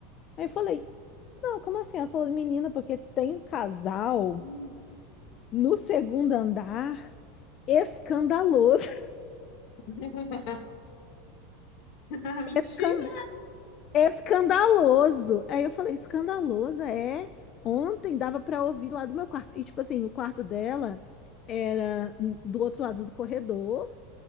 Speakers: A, on the left (about 40°); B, on the left (about 60°).
A: Aí eu falei, não, como assim? Ela falou, menina, porque tem um casal
B: Hum.
A: no segundo andar escandaloso,
B: <laughs> Ah,
A: <laughs>
B: Mentira!
A: Escandaloso. Aí eu falei, escandaloso, é. Ontem dava pra ouvir lá do meu quarto. E tipo assim, o quarto dela era hum, do outro lado do corredor,